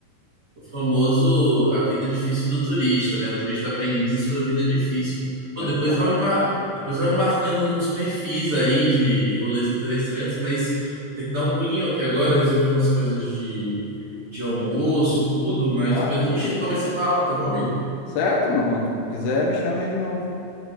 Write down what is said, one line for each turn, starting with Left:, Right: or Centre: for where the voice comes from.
Right: O famoso a vida difícil do turista, né? O turista aprendiz e sua vida difícil. Pô,
Left: Exato.
Right: depois vai me, mar... depois vai me marcando uns perfis aí de, de rolês interessantes, mas vou ter que dar um pulinho aqui agora, resolver umas coisas de, de almoço e tudo, mas
Left: Tá,
Right: depois
Left: tranquilo.
Right: a gente retoma esse papo, tá bom, amigo?
Left: Certo, meu, quando tu quiser me chama aí de novo.